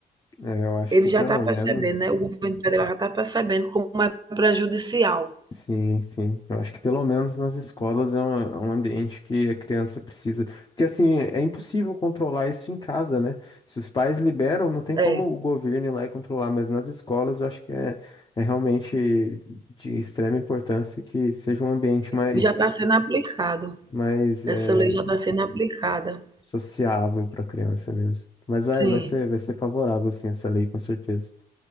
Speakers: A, on the left (about 25°); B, on the right (about 25°).
A: É, eu acho
B: Ele
A: que
B: já
A: pelo
B: está percebendo,
A: menos.
B: né, o governo federal já está percebendo como é prejudicial.
A: Sim, sim. Eu acho que pelo menos nas escolas é um, é um ambiente que a criança precisa. Porque assim, é impossível controlar isso em casa, né? Se os pais liberam, não tem como
B: É,
A: o governo ir lá e controlar, mas nas escolas eu acho que é, é realmente de extrema importância que seja um ambiente mais,
B: e já está sendo aplicado.
A: mais
B: Essa
A: é,
B: lei já está sendo aplicada.
A: sociável para a criança mesmo. Mas
B: Sim,
A: vai, vai ser, vai ser favorável, sim, essa lei, com certeza.